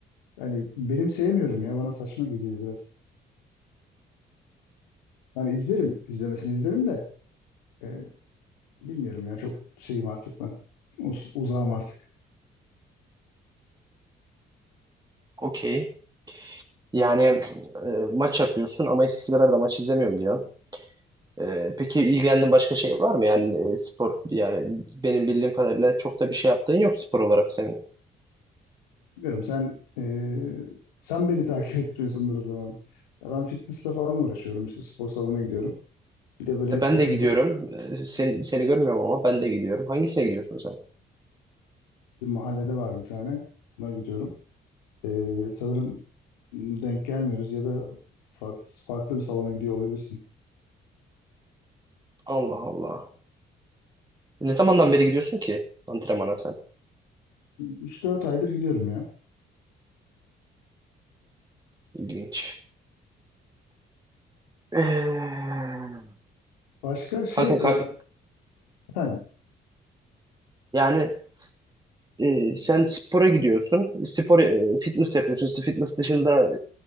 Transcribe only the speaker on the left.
Yani benim sevmiyorum ya. Bana saçma geliyor biraz. Hani izlerim. izlemesini izlerim de e, bilmiyorum ya. Çok şeyim artık ben. Uz uzağım artık.
Bilmiyorum sen e, sen beni <laughs> takip etmiyorsundur o zaman. Ya ben fitnessle falan uğraşıyorum işte spor salonuna gidiyorum. Bir de böyle
hep
oturdu.
Bizim mahallede var bir tane. Ona gidiyorum. Ee, sanırım denk gelmiyoruz ya da farklı, farklı bir salona gidiyor olabilirsin.
Üç dört aydır gidiyorum ya.
Başka şey
e,
efendim